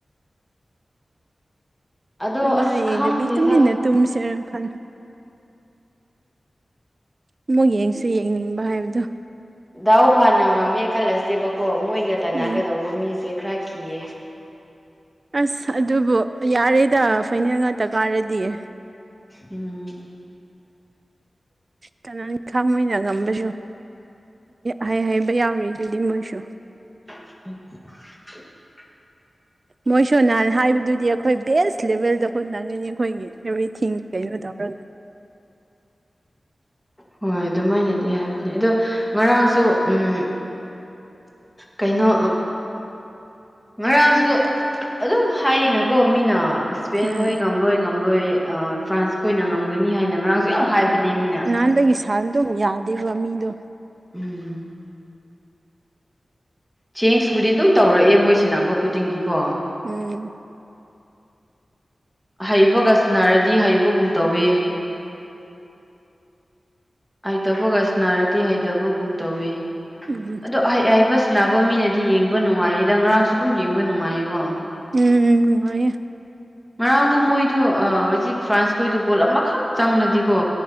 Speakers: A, in the centre; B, on the right (about 45°).
A: ꯑꯗꯣ
B: ꯑꯗꯨ
A: ꯑꯁ
B: ꯍꯌꯦꯡꯗꯕꯤ
A: ꯈꯪꯗꯦꯗ
B: ꯇꯨꯃꯤꯟꯅ ꯇꯨꯝꯁꯦꯔ ꯈꯜꯂ ꯑꯃꯨꯛ ꯌꯦꯡꯁꯤ ꯌꯦꯡꯅꯤꯡꯕ ꯍꯥꯏꯕꯗꯣ
A: ꯗꯥꯍꯎ ꯐꯅ ꯉꯝꯃꯦ ꯈꯜꯂꯁꯦꯕꯀꯣ ꯃꯣꯏꯒ ꯇꯅꯒꯗꯧꯕ
B: ꯎꯝ
A: ꯃꯤꯁꯦ ꯈꯔ ꯀꯤꯌꯦ
B: ꯑꯁ ꯑꯗꯨꯕꯨ ꯌꯥꯔꯦꯗ ꯐꯅꯜ ꯉꯥꯛꯇ ꯀꯥꯔꯗꯤꯌꯦ
A: ꯎꯝ
B: ꯀꯅꯥ ꯏꯪ ꯈꯥꯡꯅ ꯉꯝꯕꯁꯨ ꯍꯥꯏꯕ ꯌꯥꯎꯔꯦ ꯑꯗꯨꯗꯤ ꯃꯣꯏꯁꯨ
A: ꯎ
B: ꯃꯣꯏꯁꯨ ꯅꯍꯥꯟ ꯍꯥꯏꯕꯗꯨꯗꯤ ꯑꯩꯈꯣꯏ ꯕꯦꯁ ꯂꯦꯚꯦꯜꯗ ꯑꯩꯈꯣꯏ ꯅꯪꯉꯤꯅꯤ ꯑꯩꯈꯣꯏꯒꯤ ꯑꯦꯕ꯭ꯔꯤꯊꯤꯡ ꯀꯩꯩꯅꯗꯔ
A: ꯍꯣꯏ ꯑꯗꯨꯃꯥꯏꯅꯗꯤ ꯍꯥꯏꯕꯅꯤ ꯑꯗꯣ ꯉꯔꯥꯡꯁꯨ ꯎꯝ ꯀꯩꯅꯣ ꯉꯔꯥꯡꯁꯨ ꯑꯗꯨꯝ ꯍꯥꯏꯌꯦꯅꯀꯣ ꯃꯤꯅ ꯍꯁꯕꯦꯟ
B: ꯎꯝ
A: ꯀꯣ ꯉꯝꯂꯣꯏ ꯉꯝꯂꯣꯏ ꯑ ꯐ꯭ꯔꯥꯟꯁ ꯀ ꯑꯣꯏꯅ ꯉꯝꯒꯅꯤ ꯍꯥꯏꯅ ꯉꯔꯥꯡꯁꯨ ꯌꯥꯝ ꯍꯥꯏꯕꯅꯦ ꯃꯤꯅ
B: ꯅꯥꯟ ꯑꯗꯨꯝ ꯌꯥꯗꯦꯕ ꯃꯤꯗꯣ
A: ꯎꯝ ꯆꯦꯡꯁꯄꯨꯗꯤ ꯑꯗꯨꯝ ꯇꯧꯔꯛꯑꯦ ꯃꯣꯏ ꯁꯥꯟꯅꯕ ꯈꯨꯗꯤꯡꯒꯤꯀꯣ
B: ꯎꯝ
A: ꯍꯩꯕꯒ ꯁꯤꯟꯅꯔꯗꯤ ꯍꯩꯕꯒꯨꯝ ꯇꯧꯋꯦ ꯍꯩꯇꯕꯒꯁ ꯅꯥꯔꯗꯤ ꯍꯩꯇꯕꯒꯨꯝ ꯇꯧꯋ
B: ꯎꯝ
A: ꯑꯗꯣ ꯍꯥꯏꯕ ꯅꯕ ꯃꯤꯅꯗꯤ ꯌꯦꯡꯕ ꯅꯨꯡꯉꯥꯏꯌꯦꯗ ꯉꯔꯥꯡꯁꯨ ꯑꯗꯨꯝ ꯌꯦꯡꯕ ꯅꯨꯡꯉꯥꯏꯌꯦꯀꯣ
B: ꯎꯝ ꯎꯝ ꯅꯨꯡꯉꯩ
A: ꯉꯔꯥꯡꯗꯨ ꯃꯣꯏꯗꯨ ꯍꯧꯖꯤꯛ ꯐ꯭ꯔꯥꯟꯁꯈꯣꯏꯗꯨ ꯒꯣꯜ ꯑꯃꯈꯛ ꯆꯪꯂꯗꯤꯀꯣ